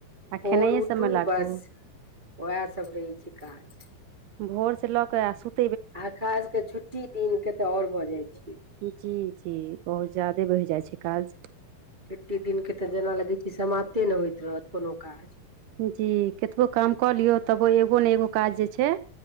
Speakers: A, on the right; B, on the right.
A: आ
B: भोर
A: खेनाइए
B: उठू
A: सबमे लागू
B: बस उएह सब रहै छै काज
A: भोर से लऽ के आ सुत
B: आ खास के छुट्टी दिनक के तऽ आओर भऽ जाइ छै
A: जी जी बहुत ज्यादे बढ़ जाइ छै काज
B: छुट्टी दिनके तऽ जेना लगै छै समाप्ते नहि होइत रहत कोनो काज
A: जी कतबो काम कऽ लियौ तबो एगो ने एगो काज जे छै